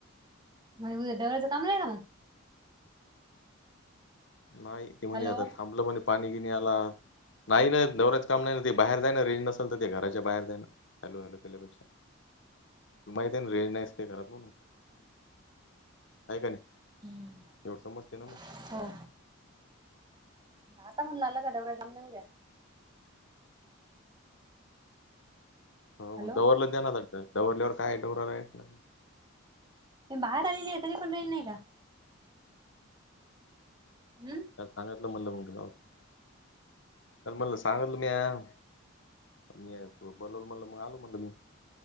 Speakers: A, on the right; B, on the left.
A: मग दव्यां काम नाहीय का मग
B: नाही ते म्हणे
A: हॅलो
B: आता थांबलं म्हणे पाणी गिणी आला नाही नाही नवऱच काम नाही ते बाहेर जायं रिंज नसेल तर ते घराच्या बाहेर जायं चालूल केल्यापेक्षा तु माहीित रेंज नाहीस का करात म्हणून काय काय नाही
A: हम्म
B: एवढं समजते ना मग
A: हो आता म्हण लागला का डवऱ्या जाम न येऊ द्या
B: हो
A: हॅलो
B: मग दौलं दे नागत दववरल्यावर काय दराला आहे ना
A: बाहेर आलेली आहे तरी पण राहील नाही का हम्म
B: सांगितलं म्हटलं म त च म्हणल सांगाल तुम्ही या मी बोलव म्हणल मग आलो म्हण तु म्ही